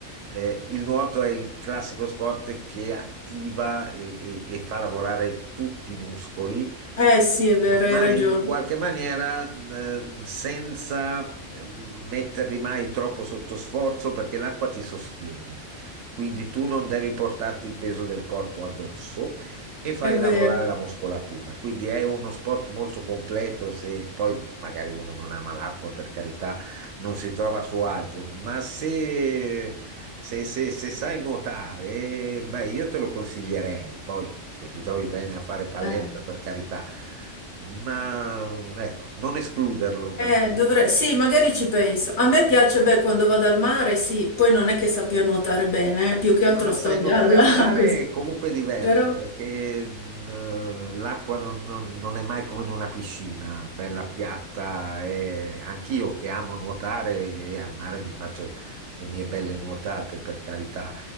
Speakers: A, on the right; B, on the left.
A: eh, il nuoto è il classico sport che attiva e, e- e fa lavorare tutti i muscoli
B: Eh sì, è vero,
A: ma
B: hai ragione.
A: in qualche maniera eh, senza eh, metterli mai troppo sotto sforzo perché l'acqua ti sostiene. Quindi tu non devi portarti il peso del corpo addosso e fai
B: È vero.
A: lavorare la muscolatura. Quindi è uno sport molto completo se poi magari uno non ama l'acqua, per carità, non si trova a suo agio, ma se, se- se- se sai nuotare, eh, beh, io te lo consiglierei. Poi, se ti trovi bene a fare palestra,
B: Eh.
A: per carità, ma ecco, non escluderlo perché
B: Eh, dovrei... Sì, magari ci penso. A me piace, beh, quando vado al mare, sì, poi non è che sappia nuotare bene, eh, più che
A: Eh,
B: altro
A: Ma
B: sto
A: sai,
B: a galla
A: nuotare al mare
B: <laughs> così.
A: è comunque diverso
B: Però,
A: perché mh, l'acqua non, non- non è mai come in una piscina, bella piatta. E anch'io che amo nuotare e al mare mi faccio le mie belle nuotate, per carità,